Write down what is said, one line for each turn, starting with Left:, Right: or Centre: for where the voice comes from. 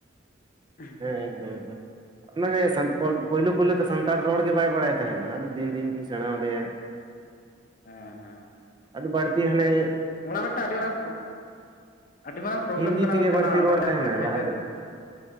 Left: <unintelligible>
Right: ᱮᱠᱫᱚᱢ ᱮᱠᱫᱚᱢ᱾ ᱚᱱᱟᱜᱮ <unintelligible> ᱯᱳᱭᱞᱳ ᱯᱳᱭᱞᱳ ᱫᱚ ᱥᱟᱱᱛᱟᱲ ᱨᱚᱲ ᱜᱮ ᱵᱟᱭ ᱵᱟᱲᱟᱭ ᱛᱟᱦᱮᱱᱟ ᱟᱫᱚ ᱫᱤᱱ ᱫᱤᱱ ᱛᱮᱧ ᱥᱮᱬᱟ ᱣᱟᱫᱮᱭᱟ᱾
Left: ᱦᱮᱸ ᱦᱮᱸ
Right: ᱟᱫᱚ ᱵᱟᱲᱛᱤ ᱦᱟᱱᱮ
Left: ᱚᱱᱟ ᱢᱤᱫᱴᱟᱝ ᱟᱹᱰᱤ ᱢᱟᱨᱟᱝ <unintelligible> ᱟᱹᱰᱤ ᱢᱟᱨᱟᱝ ᱯᱨᱚᱵᱞᱮᱢ
Right: ᱦᱤᱱᱫᱤ
Left: ᱠᱟᱱᱟ
Right: ᱛᱮᱜᱮ
Left: ᱜᱚᱢᱠᱮ
Right: ᱵᱟᱹᱲᱛᱤ
Left: ᱚᱱᱟ ᱚᱱᱟ
Right: ᱨᱚᱲ
Left: <unintelligible>
Right: ᱛᱟᱦᱮᱱᱟᱭ
Left: ᱠᱚᱨᱮ ᱛᱟᱦᱮᱸᱛ
Right: ᱞᱟᱦᱟ ᱛᱮᱫᱚ